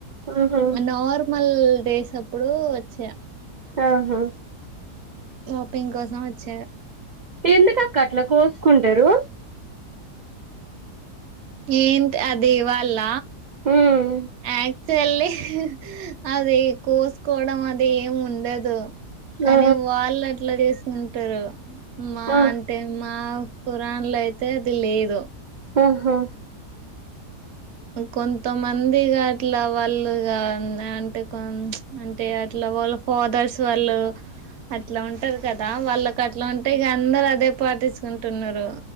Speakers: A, on the right (about 75°); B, on the right (about 55°).
A: ఆహా
B: నార్మల్ డేసప్పుడు వచ్చా
A: అహా
B: షాపింగ్ కోసం వచ్చా
A: ఎందుక అక్క అట్లా కోసుకుంటరు.
B: ఏంట్ అది వాళ్ళ
A: ఉమ్
B: యాక్చువలీ అదే కోసుకోవడం అది ఏం ఉండదు. కానీ
A: ఆ
B: వాళ్ళు అట్లా చేసుకుంటరు మా
A: ఆ
B: అంటే మా కురాన్ లో అయితే అది లేదు.
A: అ హా
B: కొంతమందిగా అట్లా వాళ్ళుగా ఉ అంటే కొ అంటే అట్లా వాళ్ళ ఫాదర్స్ వాళ్ళు అట్లా ఉంటారు కదా వాళ్ళకు అట్లా ఉంటే ఇక అందరు అదే పాటించుకుంటున్నారు